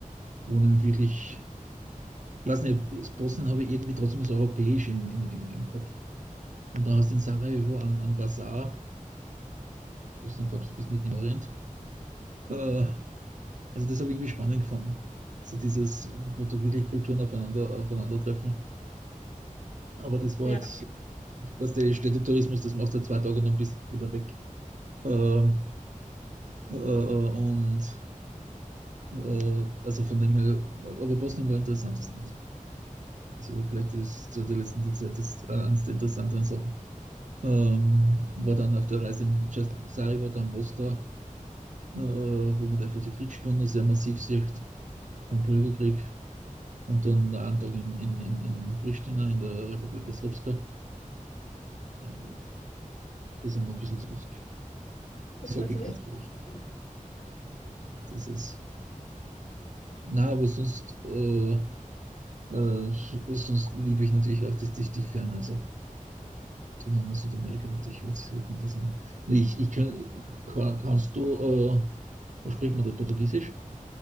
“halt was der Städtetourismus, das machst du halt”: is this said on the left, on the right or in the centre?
Right